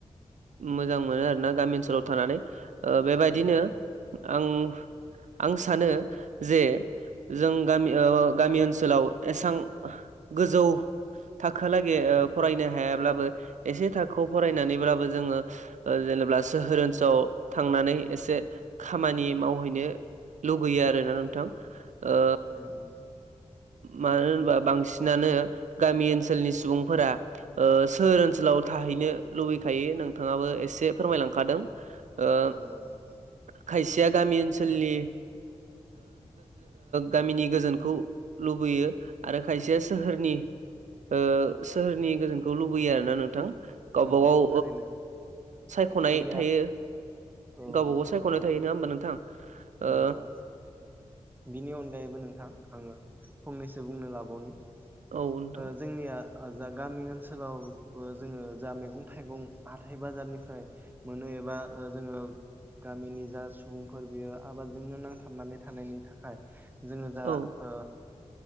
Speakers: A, on the right; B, on the right.
A: मोजां मोनो आरो ना गामि ओनसोलाव थानानै ओ बेबायदिनो
B: नंगौ नंगौ
A: आं आं सानो जे जों गामि गामि ओनसोलाव एसां गोजौ थाखो लागे फरायनो हायाब्लाबो एसे थाखोआव फरायनानैब्लाबो जोङो ओ होनोब्ला सोहोर ओनसोलाव थांनानै एसे खामानि मावहैनो लुबैयो आरोना नोंथां ओ
B: औ
A: मानो होनबा बांसिनानो गामि ओनसोलनि सुबुंफोरा सोहोर ओनसोलाव थां थाहैनो लुबैखायो नोंथाङाबो एसे फोरमायलांखादों ओ
B: नंगौ नंगौ
A: खायसेया गामि ओनसोलनि गामिनि गोजोनखौ लुबैयो आरो खायसेया सोहोरनि ओ सोहोरनि गोजोनखौ लुबैयो आरोना नोंथां गावबा
B: नंगौ
A: गाव
B: थारैनो
A: सायख'नाय
B: जोंनिया
A: थायो
B: औ
A: गावबागाव
B: नोंथां
A: सायख'नाय
B: ओ
A: थायोना होमबा नोंथां ओ
B: नंगौ बिनि अनगायैबो नोंथां आङो फंनैसो बुंनो लाबावनि
A: औ नोंथां
B: ओ जोंनिया जा गामि ओनसोलाव जोङो जा मैगं थाइगं हााइ बाजारनिफ्राय मोनै एबा जोङो गामिनि जा सुबुंफोर बियो आबादजोंनो नांथाबनानै थानायनि थाखाय जोङो दा
A: औ
B: ओ